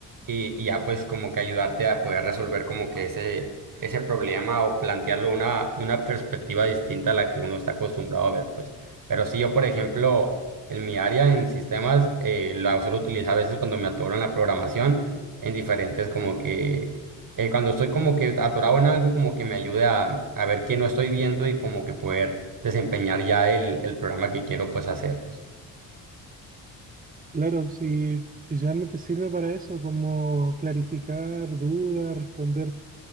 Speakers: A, on the right (about 50°); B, on the right (about 20°).
A: y, y ya pues como que ayudarte a poder resolver como que ese ese problema o plantearlo una, de una perspectiva distinta a la que uno está acostumbrado a ver, pues. Pero sí, yo, por ejemplo, en mi área en sistemas, eh, la suelo utilizar a veces cuando me atoro en la programación, en diferentes como que, eh, cuando estoy como que atorado en algo, como que me ayude a, a ver qué no estoy viendo y como que poder desempeñar ya el, el programa que quiero pues hacer, pues.
B: Claro, sí, principalmente sirve para eso, como clarificar dudas, responder,